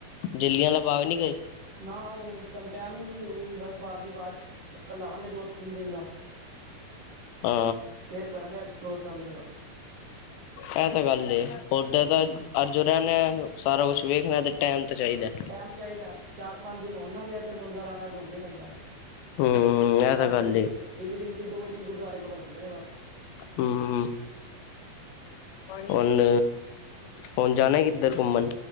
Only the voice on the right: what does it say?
ਨਾ ਉਸ ਟਾਈਮ ਟੈਮ ਨੀ ਸੀ ਹੁਨ ਬਸ ਬਾਅਦ ਦੀ ਬਾਅਦ ਚੱਕਰ ਲਾਵਾਂਗੇ ਦੋੋ ਤਿੰਨ ਦਿਨ ਦਾ।
ਫੇਰ ਕਰਾਂਗੇ ਐਕਸਪਲੋਰ ਸਾਰੀ ਜਗਾ।
ਹੂੰ
ਟੈਮ ਚਾਈਦਾ, ਚਾਰ ਪੰਜ ਦਿਨ ਹੋਨ ਨਾ ਫੇਰ ਤੇ ਬੁੰਦਾ ਆਰਾਮ ਨਾਲ ਘੁੰਮ ਵੀ ਸਕਦਾ।
ਵੈਸੇ
ਤਾਂ,
ਇੱਕ ਦਿਨ ਚ ਦੋ-ਤਿੰਨ ਗੁਰਦੁਆਰੇ ਕਵਰ ਹੁੰਦੇ ਨੇ ਬਸ।